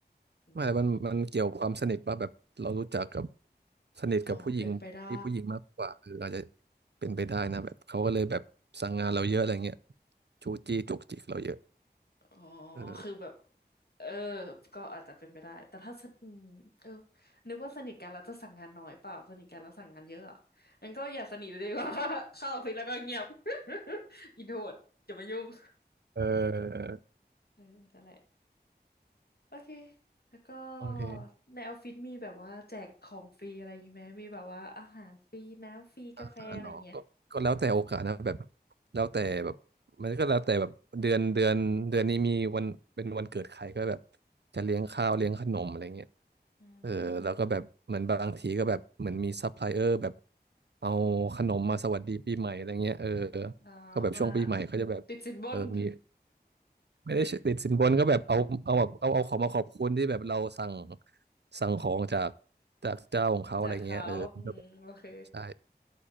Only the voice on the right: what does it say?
ไม่แต่มันมันเกี่ยวความสนิทป่ะแบบเรารู้จักกับสนิทกับผู้หญิงที่ผู้หญิงมากกว่าเอออาจจะ
เป็นไปได้นะแบบเขาก็เลยแบบสั่งงานเราเยอะอะไรเงี้ยจู้จี้จุกจิกเราเยอะ
เออ
เออ
โอเค
อาหารเหรอก็ก็แล้วแต่โอกาสนะแบบแล้วแต่แบบมันก็แล้วแต่แบบเดือนเดือนเดือนนี้มีวันเป็นวันเกิดใครก็แบบจะเลี้ยงข้าวเลี้ยงขนมอะไรเงี้ย
เออแล้วก็แบบเหมือนบางทีก็แบบเหมือนมีซัพพลายเออร์แบบเอาขนมมาสวัสดีปีใหม่อะไรเงี้ยเออ
ก็แบบช่วงปีใหม่เขาจะแบบเออมี
ไม่ได้ติดสินบนก็แบบเอาเอาแบบเอาเอาของมาขอบคุณที่แบบเราสั่ง
สั่งของจากจากเจ้าของเขาอะไรเงี้ยเออก็แบบ
ใช่